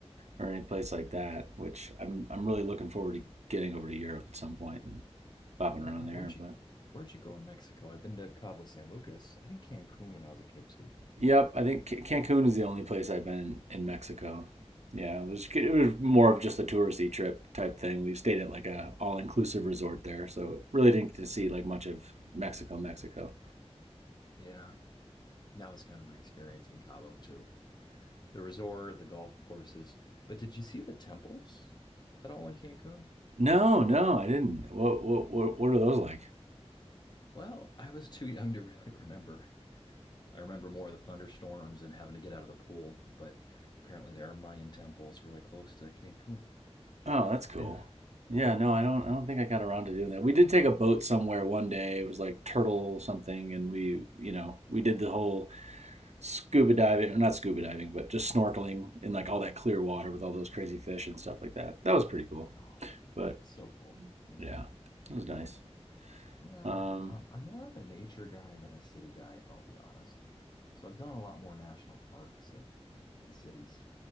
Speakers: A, on the right; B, on the left.
A: or any place like that, which I'm I'm really looking forward to getting over to Europe at some point and bopping
B: Yeah,
A: around there.
B: where'd you
A: but.
B: where'd you go in Mexico? I've been to Cabo San Lucas. I think Cancun when I was a kid too.
A: Yep, I think C- Cancun is the only place I've been in, in Mexico. Yeah, it was it was more of just a touristy trip type thing. We stayed at like a all inclusive resort there, so really didn't get to see like much of Mexico, Mexico.
B: Yeah, that was kind of my experience in Cabo too. The resort, the golf courses. But did you see the temples at all in Cancun?
A: No, no, I didn't. What what what, what are those like?
B: Well, I was too young to really <laughs> remember. I remember more of the thunderstorms and having to get out of the pool, but apparently there are Mayan temples really close to Cancun.
A: Oh, that's cool.
B: Yeah.
A: Yeah,
B: Yeah.
A: no, I don't I don't think I got around to doing that. We did take a boat somewhere one day. It was like turtle something and we, you know, we did the whole scuba diving, or not scuba diving, but just snorkeling in like all that clear water with all those crazy fish and stuff like that. That was pretty cool.
B: Oh,
A: But
B: so cool. Yeah.
A: yeah, it was nice.
B: Yeah.
A: Um,
B: Um, I'm more of a nature guy than a city guy, if I'll be honest. So I've done a lot more national parks and, and cities.